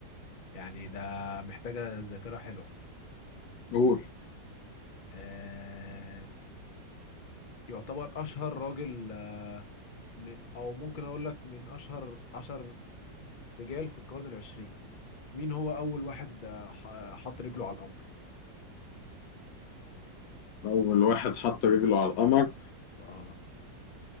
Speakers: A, on the left (about 65°); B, on the left (about 85°).
A: يعني ده محتاجة ذاكرة حلوة
B: قول
A: آه يعتبر أشهر راجل آه، م- أو ممكن أقول لك من أشهر عشر رجال في القرن العشرين مين هو أول واحد آه، ح- آه، حط رجله على القمر
B: اول واحد حط رجله على القمر
A: آه